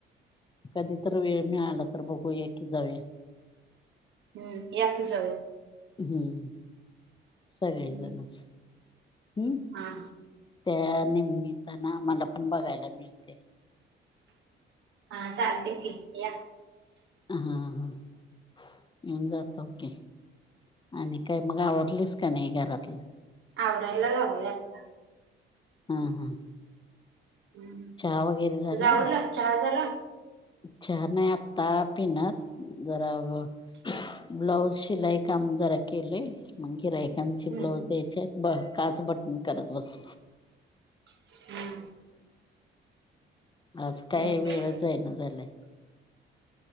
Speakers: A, on the left; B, on the right.
A: कधी तर वेळ मिळाला तर बघू ये की जाऊया
B: हम्म या की जाऊया
A: हम्म सगळीजणच
B: हम्म.
A: हम्म
B: हा
A: त्या निमित्तानं आम्हाला पण बघायला मिळतय
B: हा चालते की या
A: हा, हा <unintelligible> की आणि काय मग
B: हम्म.
A: आवरलीस क नाही घरातलं
B: आवरायला लागलोय आता
A: ह, ह
B: हम्म.
A: चहा वगैरे झाला
B: तुझं आवरलं चहा झाला
A: चहा नाही आत्ता पिणार जरा आवरून ब्लाऊज शिलाई काम जरा केलय म गिऱ्हाईकांचे
B: हम्म
A: ब्लाऊज द्यायचेत ब काच बटन करत बस
B: <unintelligible>
A: आज
B: हम्म,
A: काय वेळच
B: बरं
A: जाई ना झालाय